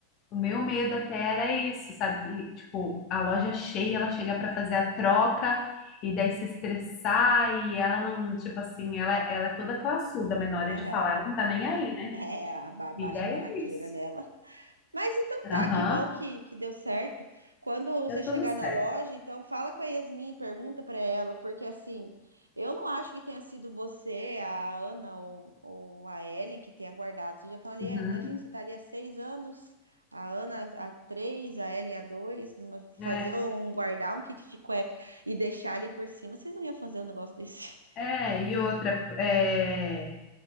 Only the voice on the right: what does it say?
Aham.
É, a ba- baixa
barraqueira
nela. Mas então tá,
que bom que, que deu certo. Quando você
chegar
na loja, então fala com a Yasmin, pergunta pra ela, porque assim, eu não acho que tenha sido você, a Ana ou, ou a Ellen que tenha guardado. Vocês já estão ali,
imagina, você tá ali há seis anos, a Ana há três, a Ellen há dois, fazer
um, guardar um kit de cueca e deixar ali por cima, vocês não iam fazer um negócio desse.